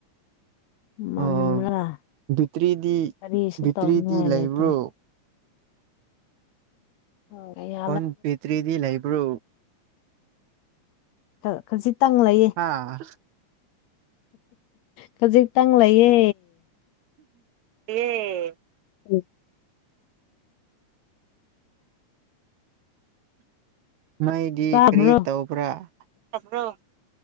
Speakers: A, on the left; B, on the right.
A: ꯃꯝꯂꯒ
B: ꯑꯥ ꯕꯤꯛꯇ꯭ꯔꯤꯗꯤ
A: ꯀꯔꯤꯁꯨ
B: ꯕꯤꯛꯇ꯭ꯔꯤꯗꯤ
A: ꯇꯧꯅꯤꯡꯉꯥꯏ
B: ꯂꯩꯕ꯭ꯔꯣ
A: ꯂꯩꯇ꯭ꯔꯦ ꯑꯥꯎ ꯂꯩꯌꯦ
B: ꯐꯣꯟ ꯕꯦꯇ꯭ꯔꯤꯗꯤ ꯂꯩꯕ꯭ꯔꯣ
A: ꯇ ꯈꯥꯖꯤꯛ ꯇꯪ ꯂꯩꯌꯦ
B: ꯑꯥ
A: ꯈꯖꯤꯛꯇꯪ ꯂꯩꯌꯦ꯫
B: ꯑꯦ
A: <unintelligible>
B: ꯃꯩꯗꯤ
A: ꯆꯥꯕ꯭ꯔꯣ
B: ꯀꯔꯤ ꯇꯧꯕ꯭ꯔꯥ ꯇꯥꯕ꯭ꯔꫭ